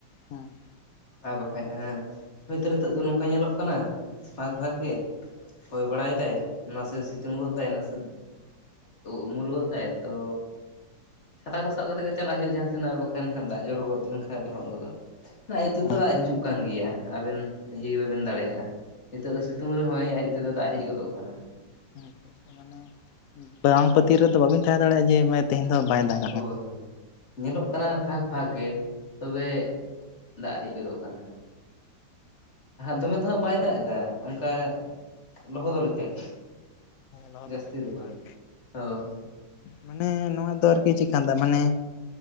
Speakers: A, on the left; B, on the left.
A: ᱦᱮᱸ
B: ᱟᱨ ᱵᱟᱠᱷᱟᱡ ᱦᱳᱭᱛᱚ ᱱᱤᱛᱳᱜ ᱫᱚ ᱱᱚᱝᱠᱟ ᱧᱮᱞᱚᱜ ᱠᱟᱱᱟ ᱯᱷᱟᱸᱠ
A: ᱦᱩᱸ
B: ᱯᱷᱟᱸᱠ ᱜᱮ ᱦᱳᱭ ᱵᱟᱲᱟᱭ ᱫᱟᱭ ᱱᱟᱥᱮ ᱥᱤᱛᱩᱝ ᱜᱚᱫ ᱫᱟᱭ ᱱᱟᱥᱮ ᱩᱢᱩᱞ ᱜᱚᱫᱟᱭ ᱛᱚ ᱪᱷᱟᱛᱟ ᱠᱚ ᱥᱟᱵ ᱠᱟᱛᱮ ᱜᱮ ᱪᱟᱞᱟᱜ ᱦᱩᱭᱩᱜᱼᱟ ᱡᱟᱦᱟᱸ ᱥᱮᱱ ᱟᱨ ᱵᱟᱠᱷᱟᱱ ᱦᱟᱸᱜ ᱫᱟᱜ ᱡᱚᱨᱚᱜᱚᱫ ᱞᱮᱱᱠᱷᱟᱱ ᱞᱚᱦᱚᱫ ᱜᱚᱫᱚᱜ ᱟᱭᱩᱵ ᱛᱮᱫᱚ
A: ᱦᱮᱸ
B: ᱫᱟᱜ ᱦᱤᱡᱩᱜ ᱠᱟᱱ ᱜᱮᱭᱟ ᱟᱵᱮᱱ ᱤᱭᱟᱹ ᱵᱟᱵᱮᱱ ᱫᱟᱲᱮᱭᱟᱜᱼᱟ᱾ ᱱᱤᱛᱚᱜ ᱫᱚ ᱥᱤᱛᱩᱝ ᱨᱮᱦᱚᱸᱭ ᱟᱭᱩᱵ ᱛᱮᱫᱚ ᱫᱟᱜ ᱦᱮᱡ ᱜᱚᱫᱚᱜ ᱠᱟᱱᱟ᱾
A: <unintelligible> ᱢᱟᱱᱮ ᱵᱟᱝ ᱯᱟᱹᱛᱤᱭᱟᱣ ᱨᱮᱫᱚ ᱵᱟᱹᱵᱤᱱ ᱛᱟᱦᱮᱸ ᱫᱟᱲᱮᱭᱟᱜᱼᱟ ᱡᱮ ᱛᱮᱦᱮᱧ ᱫᱚ ᱵᱟᱭ ᱫᱟᱜ
B: ᱦᱳᱭ ᱦᱳᱭ ᱧᱮᱞᱚᱜ ᱠᱟᱱᱟ ᱯᱷᱟᱸᱠ ᱯᱷᱟᱸᱠ ᱜᱮ ᱛᱚᱵᱮ ᱫᱟᱜ ᱦᱮᱡ ᱜᱚᱫᱚᱜ ᱠᱟᱱᱟ ᱫᱚᱢᱮ ᱫᱚᱦᱟᱸᱜ ᱵᱟᱭ ᱫᱟᱜ ᱮᱫᱟ ᱚᱱᱠᱟ ᱞᱚᱦᱚᱫᱚᱜ ᱞᱮᱠᱟᱜᱮ
A: ᱞᱚᱫᱚᱜ
B: ᱡᱟᱹᱥᱛᱤ
A: ᱞᱮᱠᱟ
B: ᱫᱚ
A: ᱜᱮ ᱵᱟᱝ
B: ᱦᱳ
A: ᱢᱟᱱᱮ ᱱᱚᱣᱟ ᱫᱚ ᱟᱨᱠᱤ ᱪᱮᱫᱠᱟᱱ ᱫᱟᱜ ᱢᱟᱱᱮ